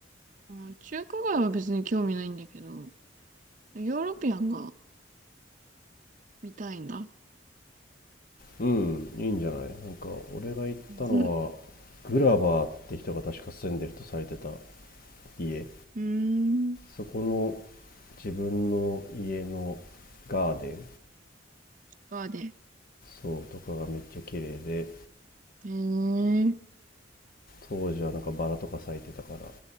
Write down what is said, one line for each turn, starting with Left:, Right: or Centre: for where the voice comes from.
Right: うん、中華街は別に興味ないんだけど、ヨーロピアンが見たいんだ。
Left: うん、いいんじゃないなんか、俺が行ったのは、
Right: うん。<laughs>
Left: グラバーって人が確か住んでるとされてた家。
Right: うーん。
Left: そこの自分の家のガーデン
Right: バーで。へ
Left: そうとかがめっちゃ綺麗で
Right: え、うん
Left: 当時はなんかバラとか咲いてたから